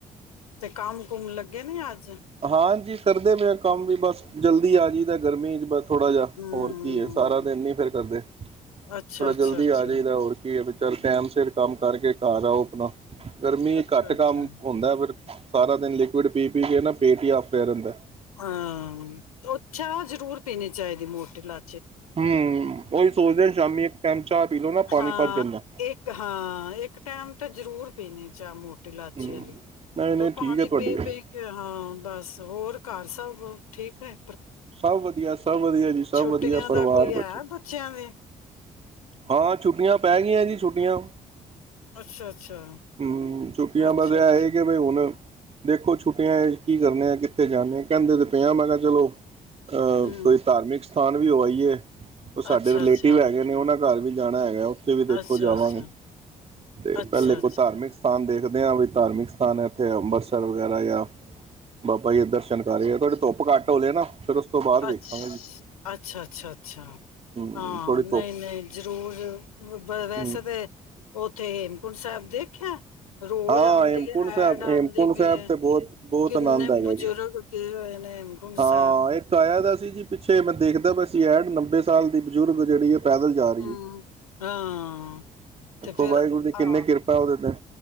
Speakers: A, on the left; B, on the right.
A: ਤੇ ਕਮ ਕੁਮ ਲੱਗ ਗੇ ਨੀ ਆਜ?
B: ਹਾਂਜੀ ਕਰਦੇ ਪਏ ਏ ਕੰਮ ਵੀ ਬਸ, ਜਲਦੀ ਆ ਜਈਦਾ, ਗਰਮੀ ਵਿੱਚ ਬਸ। ਥੋੜਾ ਜੇਆ
A: ਹਮ
B: ਹੋਰ ਕੀ ਐ, ਸਾਰਾ ਦਿਨ ਨੀ ਫੇਰ ਕਰਦੇ,
A: ਅੱਛਾ
B: ਥੋੜਾ
A: ਅੱਛਾ
B: ਜਲਦੀ
A: ਅੱਛਾ
B: ਆ ਜਾਈਦਾ ਹੋਰ ਕੀ ਏ। ਚੱਲ ਟਾਈਮ ਸਿਰ ਕੰਮ ਕਰਕੇ, ਘਰ ਆਓ ਆਪਨਾ। ਗਰਮੀ ਏ,
A: ਅੱਛਾ
B: ਘੱਟ ਕੰਮ
A: ਅੱਛਾ
B: ਹੋਂਦਾ ਫਿਰ। ਸਾਰਾ ਦਿਨ ਲਿਕਵਿਡ਼ ਪੀ-ਪੀ ਕੇ ਨਾ ਪੇਟ ਈ ਆਫਰੇਆ ਰੈਂਦੈ।
A: ਹਾਂ, ਓ ਚਾਅ ਜਰੂਰ ਪੀਨੀ ਚਾਈਦੀ ਮੋਟੇ ਲਾ
B: ਹੂੰ <unintelligible> <unintelligible> ਸ਼ਾਮੀ ਇੱਕ <unintelligible> ਪਾਣੀ
A: ਹਾਂ,
B: ਭੱਜ ਜਾਂਦਾ
A: ਇੱਕ ਹਾਂ ਇੱਕ ਟੈਮ ਤ ਜਰੂਰ ਪੀਨੇ ਚਾ <unintelligible> ਤੇ ਲਾਚੀ
B: ਹੂੰ
A: ਆਲੀ,
B: ਨਹੀਂ ਨਹੀਂ
A: ਕਿਓ ਪਾਨੀ
B: ਠੀਕ ਹੈ ਤੁਹਾਡੀ
A: ਪੀ-ਪੀ
B: ਗੱਲ
A: ਕੇ, ਹਾਂ ਬਸ ਹੋਰ ਘਰ ਸਭ ਠੀਕ ਏ?
B: ਸਭ ਵਧੀਆ, ਸਭ ਵਧੀਆ। ਜੀ ਸਭ
A: ਛੁੱਟੀਆਂ
B: ਵਧੀਆ ਪਰਿਵਾਰ
A: ਦਾ ਕੋਈ
B: ਬੱਚੇ
A: ਹੈ ਬੱਚਿਆਂ ਦੇ
B: ਹਾਂ, ਛੁੱਟੀਆਂ ਪੈ ਗਈਆਂ ਜੀ, ਛੁੱਟੀਆਂ।
A: ਅੱਛਾ ਅੱਛਾ
B: ਹਮ, ਛੁੱਟੀਆਂ
A: ਅੱਛਾ
B: ਬਸ ਐ
A: ਅੱਛਾ
B: ਹੈ ਕਿ ਬਈ ਹੁਣ ਦੇਖੋ, ਛੁੱਟੀਆਂ ਵਿੱਚ ਕੀ ਕਰਨੇ ਐ? ਕਿੱਥੇ ਜਾਂਦੇ? ਕਹਿੰਦੇ ਤੇ ਪਏ, ਮੈਂ ਕਿਹਾ ਚਲੋ। ਅ
A: ਹਮ
B: ਕੋਈ ਧਾਰਮਿਕ ਸਥਾਨ ਵੀ ਹੋ ਆਈਏ। ਉਹ ਸਾਡੇ
A: ਅੱਛਾ
B: ਰਿਲੇਟਿਵ
A: ਅੱਛਾ
B: ਹੈਗੇ ਨੇ, ਉਹਨਾਂ ਘਰ ਵੀ ਜਾਣਾ ਹੈਗਾ ਹੁਣ ਉੱਥੇ ਵੀ ਦੇਖੋ
A: ਅੱਛਾ
B: ਜਾਵਾਂਗੇ,
A: ਅੱਛਾ
B: ਤੇ
A: ਅੱਛਾ
B: ਪਹਿਲੇ ਕੁ ਧਾਰਮਿਕ ਸਥਾਨ ਦੇ ਕਦੇ ਹਾਂ ਵੀ ਧਾਰਮਿਕ ਸਥਾਨ ਹੈ। ਇੱਥੇ ਅੰਬਰਸਰ ਵਗੈਰਾ ਜਾਂ ਬਾਬਾ ਜੀ ਦੇ ਦਰਸ਼ਨ ਕਰ ਰਹੇ ਆ। ਥੋੜੀ ਧੁੱਪ ਘੱਟ ਢੋਲ ਨਾ ਫਿਰ ਉਸ ਤੋਂ ਬਾਅਦ ਵੇਖਾਂਗੇ
A: ਅ
B: ਜੀ
A: ਅੱਛਾ, ਅੱਛਾ, ਅੱਛਾ
B: ਹੂੰ
A: ਹਾਂ
B: ਥੋੜੀ
A: ਨਹੀਂ
B: ਧੁੱਪ
A: -ਨਹੀਂ ਜ਼ਰੂਰ ਵੈਸੇ
B: ਹੂੰ
A: ਤਾਂ ਉੱਥੇ ਸਾਹਿਬ ਦੇਖਿਆ ਰੋਜ਼
B: ਹਾਂ
A: ਆਉਂਦੀ
B: ਹੇਮਕੁੰਟ
A: ਹੈ
B: ਸਾਹਿਬ,
A: ਐਡ ਆਉਂਦੀ
B: ਹੇਮਕੁੰਟ
A: ਪਈ
B: ਸਾਹਿਬ
A: ਹੈ
B: ਤੇ ਬਹੁਤ ਬਹੁਤ
A: ਕਿੰਨੇ
B: ਆਨੰਦ ਹੈਗਾ
A: ਬਜ਼ੁਰਗ
B: ਜੀ।
A: ਗਏ ਹੋਏ ਨੇ ਹੇਮਕੁੰਟ
B: ਹਾਂ
A: ਸਾਹਿਬ
B: ਇੱਕ ਆਇਆ ਦਾ ਜੀ ਪਿੱਛੇ ਮੈਂ ਦੇਖਦਾ ਬਸ ਐਡ ਸਾਲ ਦੀ ਬਜ਼ੁਰਗ ਜਿਹੜੀ ਏ ਪੈਦਲ ਜਾ ਰਹੀ
A: ਹੂੰ,
B: ਹੈ।
A: ਹਾਂ
B: ਦੇਖੋ
A: ਤੇ ਫੇਰ
B: ਵਾਹਿਗੁਰੂ ਦੀ ਕਿੰਨੀੇ
A: ਆਹ
B: ਕਿਰਪਾ ਉਹਦੇ ਤੇ